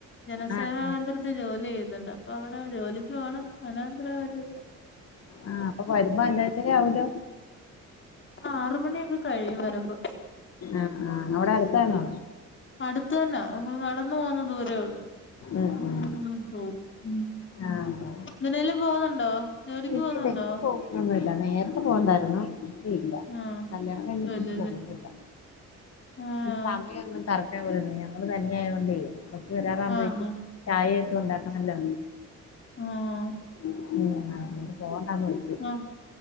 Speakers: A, on the left (about 40°); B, on the left (about 55°).
A: ജനസേവാ
B: ആഹ് ആഹ്
A: കേന്ദ്രത്തിൽ ജോലി ചെയ്യുന്നുണ്ട് അപ്പൊ അവിടെ ജോലിക്ക് പോണം മനോന്തര കാര്യ
B: ആഹ് അപ്പൊ വരുമ്പോ അഞ്ച് അഞ്ചര ആവൊലോ
A: ആറുമണിയൊക്കെ കഴിയും വരുമ്പോ
B: ആഹ് ആഹ് അവിടെ അടുത്താണോ
A: അടുത്തതന്നെ അ നടന്നു പോകുന്ന ദൂരേള്ളൂ.
B: ഉം
A: ഉ
B: ഉം
A: ഹഓ ഉ
B: ആഹ്
A: എന്തിനേലും പോകുന്നുണ്ടോ ജോലിക്ക് പോകുന്നുണ്ടോ
B: ഇല്ലല്ല ഇപ്പോ പോകൊന്നു ഇല്ല നേരത്തെ പോകണ്ടായിരുന്നു. ഇല്ല ഇല്ല
A: ആഹ്
B: കല്യാണം കഴിഞ്ഞ്
A: ജോലിയല്ലേ
B: പോകുന്നില്ല
A: ആഹ്
B: സമയമൊന്നും കറ ഞങ്ങൾ തന്നെ ആയ കൊണ്ടേ ബസ് വരാറാകുമ്പോ
A: ആഹ്
B: ചായയൊക്കെ ഉണ്ടാക്കണല്ലോ
A: ആഹ്
B: ഉം അത് കൊണ്ട് പോകണ്ടാന്ന് വെച്ചു.
A: ആ